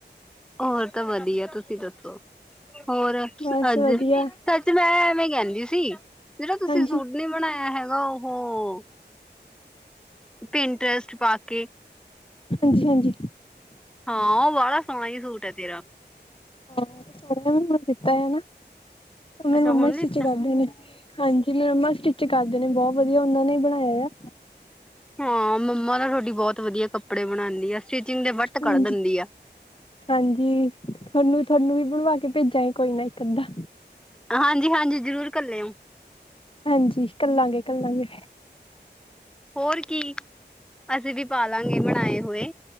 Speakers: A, in the centre; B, on the left (about 30°).
A: ਹੋਰ ਤਾਂ ਵਧੀਆ, ਤੁਸੀਂ ਦੱਸੋ ਹੋਰ
B: ਬਸ
A: ਅੱਜ
B: ਵਧੀਆ
A: ਸੱਚ ਮੈਂ ਐਵੇਂ ਕਹਿੰਦੀ ਸੀ, ਜਿਹੜਾਂ ਤੁਸੀਂ
B: ਹਾਂਜੀ
A: ਸ਼ੂਟ ਨੀਂ ਬਣਾਇਆਂ ਹੈਗਾ ਓਹ ਪਿੰਟਰੈਸਟ ਪਾ ਕੇ।
B: ਹਾਂਜੀ-ਹਾਂਜੀ।
A: ਹਾਂ, ਓ ਬਾਹਲਾ ਸੋਹਣਾ ਈ ਸ਼ੂਟ ਐ ਤੇਰਾਂ
B: ਹਾਂ, ਸੋਹਣਾ ਬਣਾਂ ਕੇ ਦਿੱਤਾ ਐ ਨਾ, ਔ ਮੇਰੀ
A: ਅੱਛਾ
B: ਮੰਮਾ
A: ਹੁਣ ਲਿੱਤਾ
B: ਸਟਿੱਚ ਕਰਦੇ ਨੇਂ। ਹਾਂਜੀ, ਮੇਰੀ ਮੰਮਾ ਸਟਿੱਚ ਕਰਦੇ ਨੇ ਬੌਹ ਵਧੀਆਂ ਓਨਾਂ ਨੇਂ ਈ ਬਣਾਇਆਂ ਆ।
A: ਹਾਂ, ਮੰਮਾ ਤਾ ਥੁਹਾਡੀ ਬਹੁਤ ਵਧੀਆਂ ਕੱਪੜੇ ਬਣਾਂਦੀ ਆ, ਸਟਿਚਿੰਗ ਦੇ ਵੱਟ
B: ਹਾਂਜੀ
A: ਕੱਢ ਦਿੰਦੀ ਆ।
B: ਹਾਂਜੀ, ਥੋਹਨੂੰ- ਥੋਹਨੂੰ ਵੀ ਬਣਵਾ ਕੇ ਭੇਜਾਂਗੇ ਕੋਈ ਨਾ ਇੱਕ-ਅੱਧਾ।
A: ਹਾਂਜੀ-ਹਾਂਜੀ, ਜ਼ਰੂਰ ਘਲਿਓ
B: ਹਾਂਜੀ, ਘੱਲਾਂਗੇ -ਘੱਲਾਂਗੇ।
A: ਹੋਰ ਕੀ, ਅਸੀਂ ਵੀ ਪਾਲਾਂਗੇ ਬਣਾਏ ਹੋਏ।